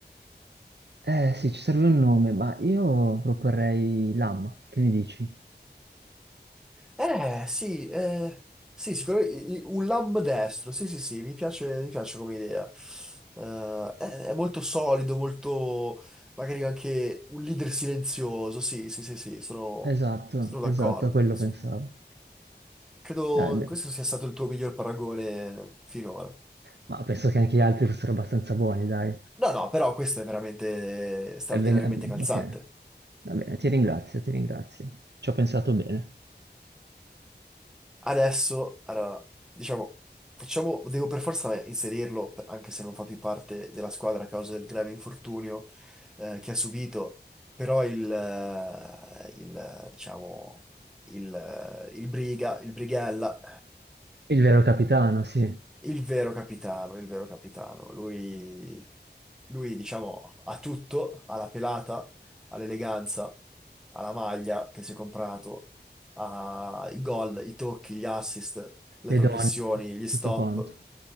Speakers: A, on the right (about 75°); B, in the centre.
A: Eh, sì, ci serve un nome, ma io proporrei Lam, che ne dici?
B: Eh, sì, eh, sì, sicuramente i- i- un lamb destro, sì, sì, sì, mi piace, mi piace come idea. Eh, è, è molto solido, molto, magari anche un leader silenzioso, sì, sì, sì, sì, sono,
A: Esatto,
B: sono d'accordo.
A: esatto, a quello
B: sì.
A: pensavo.
B: Credo
A: Eh, beh,
B: questo sia stato il tuo miglior paragone finora.
A: ma penso che anche gli altri fossero abbastanza buoni, dai.
B: No, no, però questo è veramente straordinariamente
A: Ebbene, eh,
B: calzante.
A: ok, va bene, ti ringrazio, ti ringrazio. Ci ho pensato bene.
B: Adesso, allora, diciamo, facciamo, devo per forza inserirlo, anche se non fa più parte della squadra a causa del grave infortunio eh, che ha subito, però il, eh, il, eh, diciamo, il, eh, il Briga, il Brighella,
A: Il vero capitano, sì.
B: il vero capitano, il vero capitano. Lui, lui, diciamo, ha tutto, ha la pelata, ha l'eleganza, ha la maglia che si è comprato, ha i gol, i tocchi, gli assist, le
A: le
B: progressioni,
A: donne,
B: gli
A: tutto
B: stop,
A: quanto.